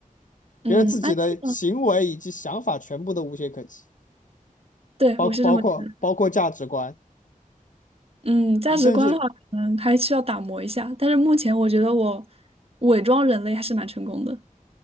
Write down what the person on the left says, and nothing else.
觉得自己的行为以及想法全部都无懈可击。
包包括包括价值观，
你甚至